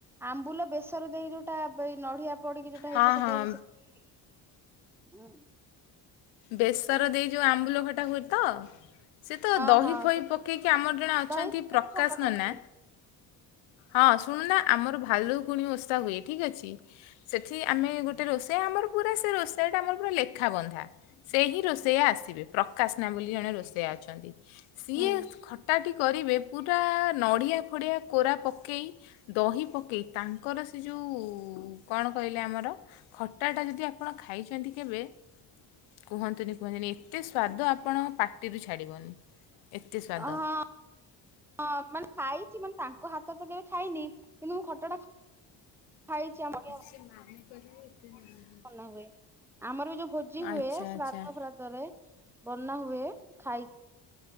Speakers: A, in the centre; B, on the left (about 85°).
A: ଆମ୍ବୁଲ ବେସର ଦେଇ ଯୋଉଟା ଦେଇ ନଢିଆ ପଡିକି ଯୋଉଟା ହେଇଥିବ
B: ହଁ
A: ସେଟା
B: ହଁ
A: ବି ବେଶି ଅଁ,
B: ବେସର ଦେଇ ଯୋଉ ଆମ୍ବୁଲ ଖଟା ହୁଏ ତ? ସେ ତ
A: ହଁ
B: ଦହି
A: ହଁ
B: ଫହି
A: ସୁଧ
B: ପକେଇକି ଆମର ଜଣେ ଅଛନ୍ତି
A: ହେଇ ସେଟା
B: ପ୍ରକାଶ
A: ବି ଭଲ ଲାଗେ
B: ନନା ହଁ ଶୁଣୁନା ଆମର ଭାଲୁକୁଣୀ ଓଷା ହୁଏ ଠିକ ଅଛି। ସେଠି ଆମେ ଗୋଟେ ରୋଷେଇଆ ଆମର ପୁରା ସେ ରୋଷେଇଆଟା ଆମର ପୁରା ଲେଖା ବନ୍ଧା। ସେ ହିଁ ରୋଷେଇଆ ଆସିବେ। ପ୍ରକାଶନା ବୋଲି ଜଣେ ରୋଷେଇଆ ଅଛନ୍ତି ସିଏ
A: ହୁଁ
B: ଖ ଟାଟି କରିବେ ପୁରା ନଡ଼ିଆ ଫଡ଼ିଆ କୋରା ପକେଇ ଦହି ପକେଇ ତାଙ୍କର ସେ ଯୋଉ କଣ କହିଲେ ଆମର ଖଟା ଟା ଯଦି ଆପଣ ଖାଇଛନ୍ତି କେବେ କୁହନ୍ତୁନି କୁହନ୍ତୁନି ଏତେ ସ୍ୱାଦ ଆପଣଙ୍କ ପାଟିରୁ ଛାଡ଼ିବନି। ଏତେ ସ୍ୱାଦ
A: ଅ, ହଁ, ହଁ ମାନେ ଖାଇଛି ମାନେ ତାଙ୍କ ହାତ ରୁ ତ କେବେ ଖାଇନି। କିନ୍ତୁ ମୁଁ ଖଟା ଟା ଖାଇଛି ଆମର।
B: ସେମାନେ <inaudible>
A: ବନା ହୁଏ ଆମର ବି ଯୋଉ ଭୋଜି ହୁଏ
B: ଆଚ୍ଛା
A: ଶ୍ରାଦ୍ଧ
B: ଆଚ୍ଛା।
A: ବ୍ରତରେ ବନା ହୁଏ ଖାଇ